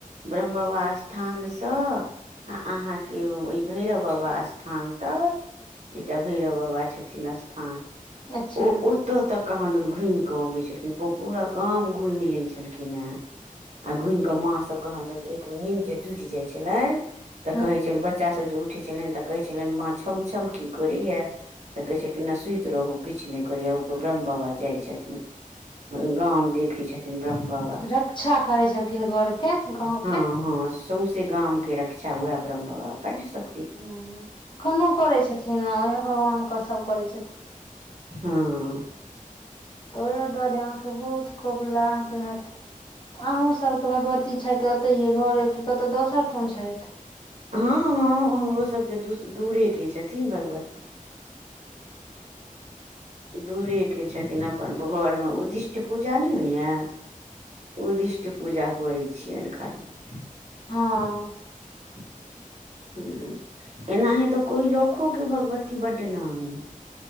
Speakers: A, on the right; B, on the left.
A: ब्रह्म बाबा स्थान स आ अहाँ के ओ ई भैरव बाबा स्थान तक एकटा भैरव बाबा छथिन स्थान
B: अच्छा
A: ओ ओतो तक कहादन घुम के अबे छलखिन, पु पूरा गाम घुम लै छल खिन अय। आ घुम कऽ माँ सब कहांदन एक नीन्द जे टूट जाय छलैन।
B: ह
A: कहै छल बच्चा सब जे उठै छलैन तऽ कहै छलैन माँ छम-छम की करैया तऽ कहै छै ते ना सुत रहु, किछ नै करैया, ओय पर ब्रह्म बाबा जाय छथिन। गाम देखै छथिन ब्रह्म बाबा
B: रक्षा करै छलखिन घरके गाँवके
A: हाँ-हाँ सौंसे गाम के र क्षा उहाए ब्रह्म बाबा बड श
B: ह्म्म-ह्म्म अखनो करै छथिन आ उहाए भगवान के सब पड़े छथि।
A: हाँ।
B: तऽ उहाए दुआरे अहाँ के बहुत कोबला अहाँ के हाएत। त अहूँ सबके भगवती छैथ ओतैये घरे की कतौ दोसर ठाम छैथ।
A: हाँ-हाँ हमरो सब के दूस दूरे के छथिन भगव दूरे के छथिन, अ पन घर मे उदिष्ट पूजा नै होयया, उदिष्ट पूजा करै छियेन खाली। <unintelligible>
B: हँ
A: ह्म्म एनाहे ते कोई लोखो के भगवती बड्ड नामी।